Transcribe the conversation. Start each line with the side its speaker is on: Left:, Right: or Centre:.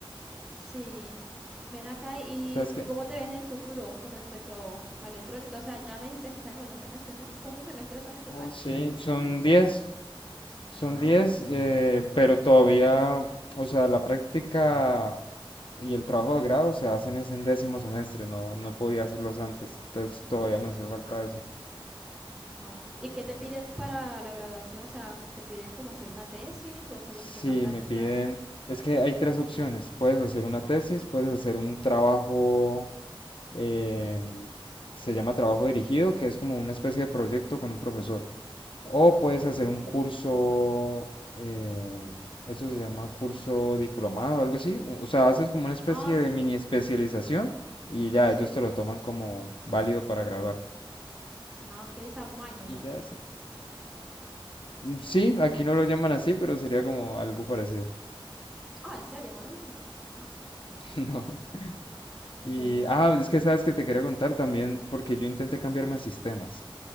Centre: Sí, ven acá y
Left: ¿Sabes qué?
Centre: ¿cómo te ves en el futuro con respecto a electrónica? O sea, ya me dices que estás en noveno semestre, ¿no? ¿Cuántos semestres son en total?
Left: Sí, son diez Son
Centre: Ah,
Left: 10,
Centre: ok.
Left: eh, pero todavía, o sea, la práctica y el trabajo de grado se hacen es en décimo semestre, no, no podía hacerlos antes, entonces todavía me hace falta eso.
Centre: Ah, ¿Y qué te piden para la graduación? O sea, ¿te piden como hacer una tesis o solo
Left: Sí,
Centre: te toca prácticas?
Left: me piden, es que hay tres opciones, puedes hacer una tesis, puedes hacer un trabajo, em, se llama trabajo dirigido, que es como una especie de proyecto con un profesor, O puedes hacer
Centre: Ok.
Left: un curso, eh, eso se llama curso diplomado, algo así. O sea, haces como una especie
Centre: Ah, sí,
Left: de mini especialización y ya
Centre: sí.
Left: ellos te lo toman como válido para graduarte.
Centre: Ah, ok, Sound Minor,
Left: Y
Centre: ¿no?
Left: ya es. Mm, Sí, aquí no lo llaman así, pero sería como algo parecido.
Centre: Ah, en serio, no lo llaman así. Ah, interesante.
Left: <laughs> No. Y,
Centre: Ve.
Left: ah, es que sabes que te quería contar también, porque yo intenté cambiarme a sistemas